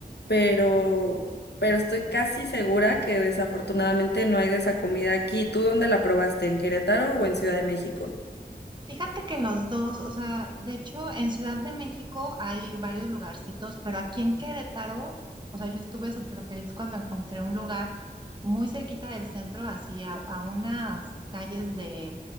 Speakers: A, on the left; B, on the right.
A: pero, pero estoy casi segura que desafortunadamente no hay de esa comida aquí. ¿Tú dónde la probaste? ¿En Querétaro o en Ciudad de México?
B: Fíjate que los dos, o sea, de hecho en Ciudad de México hay varios lugarcitos, pero aquí en Querétaro, o sea, yo estuve súper feliz cuando encontré un lugar muy cerquita del centro, así a, a unas calles de,